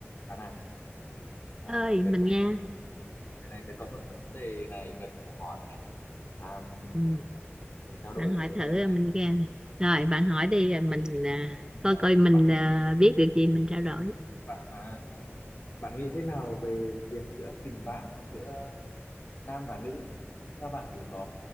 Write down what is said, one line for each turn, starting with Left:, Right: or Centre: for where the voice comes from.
Left: Bạn à, à
Right: ơi
Left: đợt
Right: mình
Left: này
Right: nghe
Left: đợt này tôi có một vấn đề này cần phải hỏi này. À,
Right: ừ.
Left: mình trao đổi
Right: bạn hỏi
Left: cùng
Right: thử
Left: nhau nhé.
Right: mình nghe rồi bạn hỏi đi rồi mình à, coi
Left: À,
Right: coi mình
Left: bạn nghĩ
Right: à, biết được gì mình trao đổi
Left: bạn à, bạn nghĩ thế nào về việc giữa tình bạn giữa nam và nữ? Theo bạn thì có